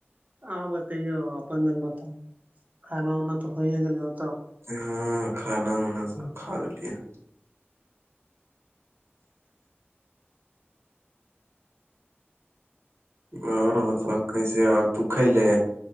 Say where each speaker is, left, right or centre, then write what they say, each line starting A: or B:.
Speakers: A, on the right; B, on the right.
A: ہاں بتائیے اپنن بتاؤ کھانا وناا تو ہو گل ہوتا
B: ہاں کھانا وانا سب کھا لیتی ہیں اور بتاؤ کیسے اور تو کے لے